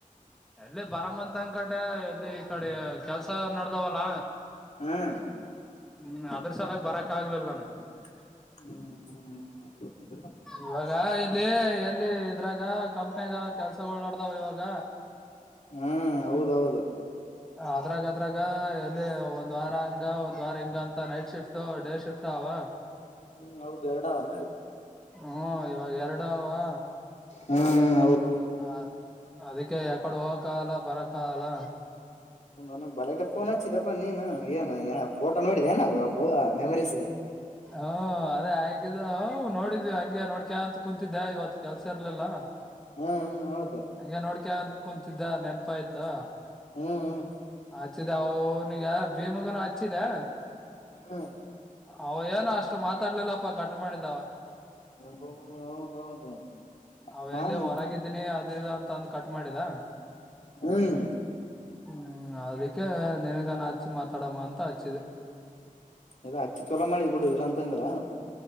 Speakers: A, in the centre; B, on the left.
A: ಎಲ್ಲಿ ಬರಮಂತ ಅನ್ಕಂಡೆ ಎಲ್ಲಿ ಈ ಕಡಿ ಕೆಲ್ಸ ನಡ್ದಾವಲ್ಲ.
B: ಹ್ಮ್.
A: ಹ್ಮ್ ಅದ್ರ ಸಲಗ್ ಬರಕ್ ಆಗ್ಲಿಲ್ಲ ನನಗ್.
B: ಹ್ಮ, ಹ್ಮ
A: ಇವಾಗ ಇಲ್ಲಿ ಎಲ್ಲಿ ಇದ್ರಾಗ ಕಂಪನ್ಯಗ ಕೆಲ್ಸ ಕೆಲ್ಸಗಳಳು ನಡ್ದವ ಇವಾಗ.
B: ಹ್ಮ್ ಹೌದೌದು
A: ಅದ್ರಾಗ ಅದ್ರಾಗ ಎಲ್ಲಿ ಒಂದ್ ವಾರ ಹಂಗ ಒಂದ್ ವಾರ ಹಿಂಗ ಅಂತ ನೈಟ್ ಶಿಫ್ಟ್ ಡೇ ಶಿಫ್ಟ್ ಆವ್.
B: ಹ್ಮ ಹೌದು ಎರಡ ಆವನ್.
A: ಹ್ಮ ಇವಾಗ ಎರಡು ಅವಾ.
B: ಹ ಹ ಹೌದೌದು.
A: ಹ ಅದಕ್ಕೆ ಎಕಡ ಹೋಗಕ ಆಗಲ್ಲ ಬರಕಾಗಲ್ಲ.
B: ಒ ಬಲಾಟೆ ಫೋನ್ ಹಚ್ಚಿದಪ್ಪಾ ನೀನು ಏನ್ ಫೋಟೋ ನೋಡಿದೆ ನ ಒ ಮೆಮರೀಸ್.
A: ಹ್ಮ ಅದೇ ಆಗಿದ್ದ ನೋಡಿದ್ವಿ ಹಂಗೆ ನೋಡ್ಕ ಅಂತ ಕುೂಂತಿದ್ದ್ಯಾ ಇವತ್ ಕೆಲ್ಸ ಇರ್ಲಿಲ್ಲ.
B: ಹ್ಮ ಹ್ಮ್ ಹೌದ.
A: ಹಂಗೆ ನೋಡ್ಕ ಕುತಿದ್ದ ನೆನಪ ಆಯ್ತು.
B: ಹ್ಮ್ ಹ್ಮ್.
A: ಹಚ್ಚಿದೆ ಅವನಿಗೆ ಭೀಮಗನು ಹಚ್ಚಿದೆ.
B: ಹ್ಮ್.
A: ಅವ ಏನೋ ಅಷ್ಟು ಮಾತಾಡ್ಲಿಲ್ಲಪ್ಪ ಕಟ ಮಾಡಿದಾವ.
B: ಹ್ಮ್ ಹೌದೌದು
A: ಅವ
B: ನಾನು
A: ಎಲ್ಲಿ ಹೊರಗಿದ್ದೀನಿ ಅದ ಇದು ಅಂತ ಅಂದು ಕಟ್ ಮಾಡಿದ.
B: ಹ್ಮ್.
A: ಹ್ಮ್ ಅದಕ್ಕೆ ನನ್ಗಾನ ಹಚ್ಚಿ ಮಾತಾಡಮ್ಮ ಅಂತ ಹಚ್ಚಿದೆ.
B: ಇಡ ಅಚ್ಚಿ ಚಲೋ ಮಾಡಿದ್ ಬಿಡು ಇಲ್ಲ ಅಂದ ಅಂದಿಲ್ಲಾ.